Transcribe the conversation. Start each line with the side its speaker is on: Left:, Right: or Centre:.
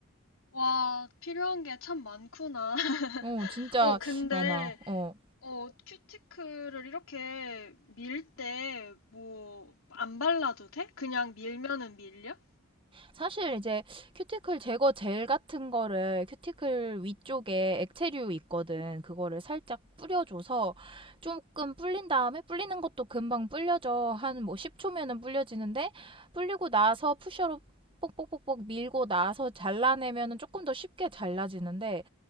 Left: 와, 필요한 게 참 많구나. <laughs>
Right: 어, 진짜
Left: 어, 근데
Right: 많아. 어.
Left: 어, 큐티클을 이렇게 밀때 뭐 안 발라도 돼? 그냥 밀면은 밀려?
Right: 사실 이제 큐티클 제거 젤 같은 거를 큐티클 위쪽에 액체류 있거든. 그거를 살짝 뿌려줘서 조금 불린 다음에 불리는 것도 금방 불려져. 한 뭐 10초면은 불려지는데 불리고 나서 푸셔로 뽁뽁뽁뽁 밀고 나서 잘라내면은 조금 더 쉽게 잘라지는데